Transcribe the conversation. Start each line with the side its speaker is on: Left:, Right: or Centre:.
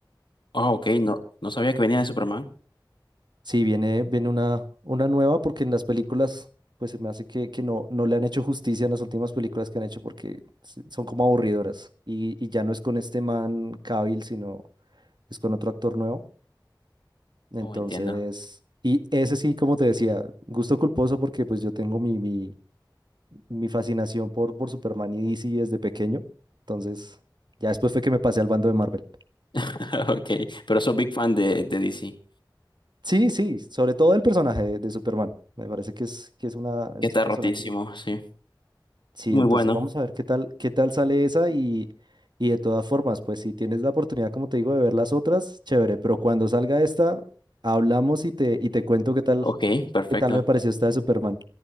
Left: Ah, ok, no, no sabía que venía de Superman.
Right: Sí, viene, viene una, una nueva porque en las películas, pues se me hace que, que no, no le han hecho justicia en las últimas películas que han hecho porque s- son como aburridoras. Y, y ya no es con este man Cavill, sino es con otro actor nuevo. Entonces,
Left: Oh, entiendo.
Right: y ese sí, como te decía, gusto culposo porque pues yo tengo mi, mi, mi fascinación por, por Superman y DC desde pequeño. Entonces, ya después fue que me pasé al bando de Marvel.
Left: <laughs> Ok, pero soy big fan de, de DC,
Right: Sí, sí, sobre todo el personaje de, de Superman. Me parece que es, que es una,
Left: que
Right: es
Left: está
Right: un personaje.
Left: rotísimo, sí.
Right: Sí,
Left: Muy
Right: entonces
Left: bueno.
Right: vamos a ver qué tal, qué tal sale esa y, y de todas formas, pues si tienes la oportunidad, como te digo, de ver las otras, chévere, pero cuando salga esta, hablamos y te, y te cuento qué tal,
Left: Ok, perfecto,
Right: qué tal me pareció esta de Superman.